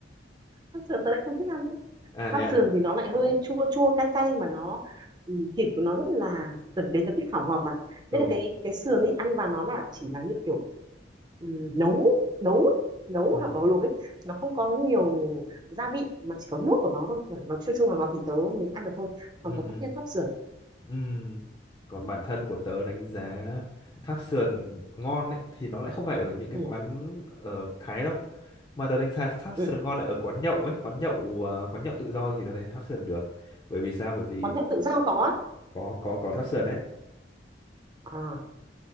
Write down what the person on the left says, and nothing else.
à thế
à
ừ
Ừ.
ừ ừ
ừ còn bản thân của tớ đánh giá tháp sườn ngon ấy thì nó lại không phải ở những cái
quán ở Thái đâu mà tớ đánh giá tháp
sườn ngon lại ở quán nhậu ấy quán nhậu ờ, quán nhậu tự do thì tớ thấy tháp sườn được bởi vì sao bởi vì
có có có tháp sườn đấy